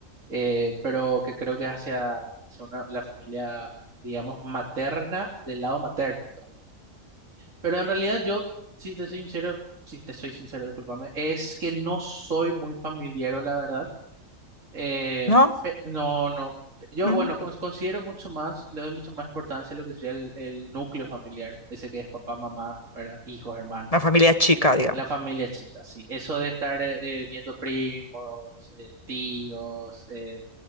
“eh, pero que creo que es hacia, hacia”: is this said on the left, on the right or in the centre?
Right